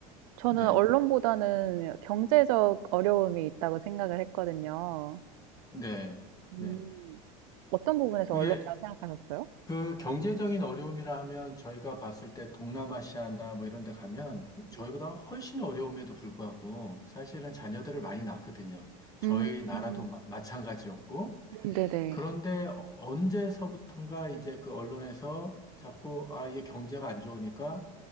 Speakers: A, on the right; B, on the left.
A: 저는
B: 네,
A: 언론보다는 경제적 어려움이 있다고 생각을 했거든요.
B: 네,
A: 음.
B: 네.
A: 어떤 부분에서
B: 그게
A: 언론이라고 생각하셨어요?
B: 그 경제적인 어려움이라 하면 저희가 봤을 때 동남아시아나 뭐 이런 데 가면 저희보다
A: 음.
B: 훨씬 어려움에도 불구하고 사실은 자녀들을 많이 낳거든요. 저희
A: 음.
B: 나라도 마, 찬가지였고
A: 음 네네.
B: 그런데 어- 언제서부턴가 이제 그 언론에서 자꾸 아 이게 경제가 안 좋으니까